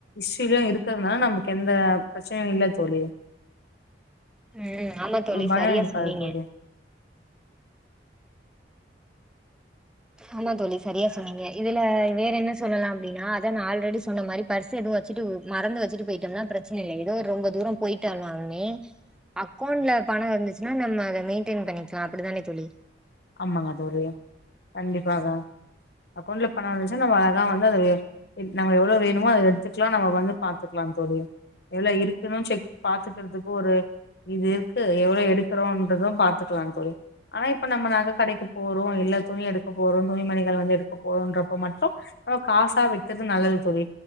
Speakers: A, on the left (about 60°); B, in the centre.
A: சில்லயு எடுக்குறதுனால நம்புக் எந்தா ப்ரச்சனயுல்ல தோழி
B: உம் ஆமா தோழி
A: ஒரு பயோ
B: சரியா
A: இருக்காது
B: சொன்னீங்க
A: தோழி
B: ஆமா தோழி சரியா சொன்னீங்க இதுலா வேறென்ன சொல்லலா அப்டின்னா அத நா ஆல்ரெடி சொன்ன மாரி பர்ஸ் எது வச்சுட்டு உ மறந்து வச்சிட்டு போயிட்டொம்னா பிரச்னில்லை எதோ ஒர் ரொம்ப தூரொ போயிட்டானால்மே அக்கொண்ட்ல பணோ இருந்துச்னா நம்ம அத மெயின்டெய்ன் பண்ணிக்லா அப்டிதானே தொழி
A: அம்மாங்க தோழி கண்டிப்பாக அக்கொண்ட்ல பண வந்துச்சா நம்ம அழகா வந்து அத வெ இந் நம்ம எவ்ளோ வேணுமோ அத எடுத்துக்லா நம்ம வந்து பாத்துக்லாங் தோழி எவ்ள இருக்குணு செக் பாத்துக்றதுக்கு ஒரு இது இருக்கு எவ்ளோ எடுக்றோன்றது பாத்துக்லான் தோழி ஆனா இப்ப நம்ம நக கடைக்கு போறோ இல்ல துணி எடுக்க போறோ துணி மணிகள் வந்து எடுக்க போறோன்றப்ப மட்டு அ காசா வெக்கிறது நல்லது தோழி